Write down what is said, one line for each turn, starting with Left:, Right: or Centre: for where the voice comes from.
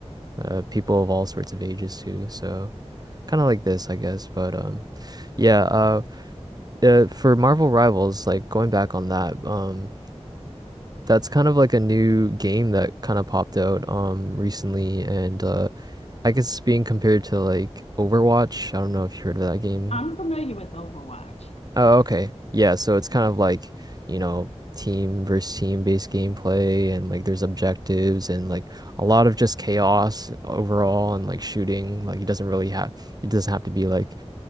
Right: uh, people of all sorts of ages too. So kind of like this, I guess. But um, yeah. Uh, uh, for Marvel Rivals, like going back on that, um, that's kind of like a new game that kind of popped out um recently, and uh, I guess it's being compared to like Overwatch. I don't know if you heard of that game.
Left: I'm familiar with Overwatch.
Right: Oh, okay. Yeah, so it's kind of like, you know, team versus team based gameplay and like there's objectives and like a lot of just chaos overall and like shooting. Like it doesn't really have it doesn't have to be like